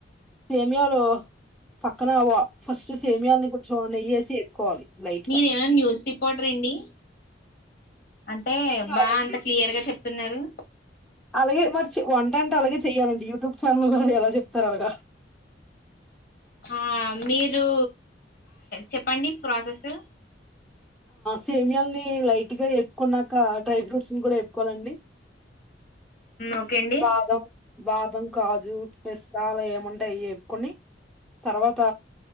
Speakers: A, in the centre; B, on the left.
A: సేమియాలు పక్కన అవ ఫస్ట్ సేమియాలని కొంచెం నెయ్యేసి ఎక్క్కోవాలి లైట్గా
B: మీరేమైనా న్యూస్ రిపోర్టర్ అండి అంటే
A: కాదండి
B: బా అంత క్లియర్ గా చెప్తున్నారు
A: అలాగే మరి వంట అంటే అలాగే చెయాలండి యూట్యూబ్ ఛానల్ వా ఎలా చెప్తారు అలాగా
B: ఆ మీరు చెప్పండి ప్రాసెస్
A: సేమియాల్ని లైట్ గా ఎప్పుకున్నాక డ్రై ఫ్రూట్స్ ని కూడా ఎప్పుకోవాలండి
B: ఓకే అండి
A: బాదం బాదం కాజు పిస్తా ఏముంటాయి ఏపుకొని తర్వాత